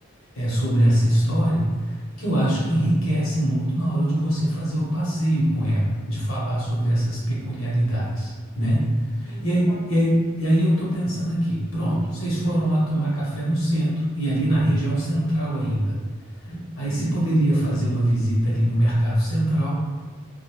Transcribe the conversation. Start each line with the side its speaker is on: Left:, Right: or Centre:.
Left: é, sobre essa história, que eu acho que enriquece muito na hora de você fazer o passeio com ela, de falar sobre essas peculiaridades, né?
Right: Sim,
Left: E aí,
Right: bacana.
Left: e aí, e aí eu estou pensando aqui, pronto, vocês foram lá tomar café no centro e ali na região central ainda. Aí
Right: Uhum.
Left: se poderia fazer uma visita ali no Mercado Central,